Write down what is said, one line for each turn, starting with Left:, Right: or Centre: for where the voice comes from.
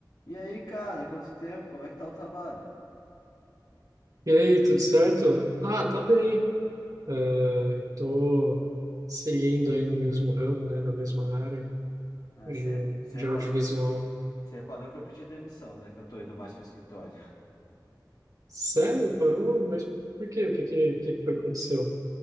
Left: E aí, cara, quanto tempo? Como é que tá o trabalho?
Right: E aí, tudo certo? Ah, tá bem. Eh, tô seguindo aí no mesmo ramo, né, na mesma área
Left: Ah,
Right: de,
Left: você, você
Right: de
Left: reparou
Right: audiovisual.
Left: que, você reparou que eu pedi demissão, né? Que eu tô indo mais pro escritório. <laughs>
Right: Sério? Parou? Mas por quê? O que que, o que que foi que aconteceu?